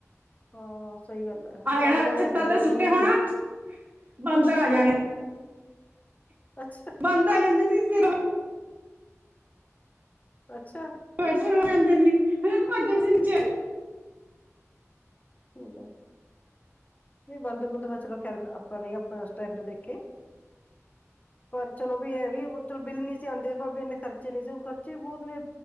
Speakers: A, on the left; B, on the right.
A: ਹਾਂ ਸਈ ਗਾੱਲ
B: ਆਏ
A: ਨਾਲੇ,
B: ਨਾ
A: ਨਾਲੇ
B: ਛੱਤਾਂ
A: ਏਨੇ
B: ਤੇ
A: ਬੇਲ
B: ਸੁੱਤੇ
A: ਵੀ ਨੀ ਆਂਦੇ
B: ਹੋਣਾ
A: ਸੀ।
B: ਬਾਂਦਰ ਆ ਜਾਣੇ
A: ਹੈ, ਅੱਛਾ।
B: ਬਾਂਦ ਜਾਂਦਾ ਸੀ <unintelligible>
A: ਅੱਛਾ।
B: ਬੈਠਨ ਹੋ ਜਾਂਦੇ ਸੀ, ਫੇਰ ਭਜ <unintelligible>
A: <unintelligible> ਨਈ ਬਾੰਦਰ ਬੁੰਦਰ ਤਾਂ ਚਲੋ ਖੈਰ ਆਪਾਂ ਨੇ ਆਪਾਂ ਓਸ ਟੈਮ ਤੇ ਦੇਖੇ ਪਰ ਚਲੋ ਵੀ ਐਂ ਵੀ ਚਲੋ ਬਿੱਲ ਨੀ ਸੀ ਆਂਦੇ ਪਾਬੇ ਵੀ ਏਨੇ ਖਰਚੇ ਨੀ ਸੀ ਖਰਚੇ ਵੀ ਬੋਤ ਨੇ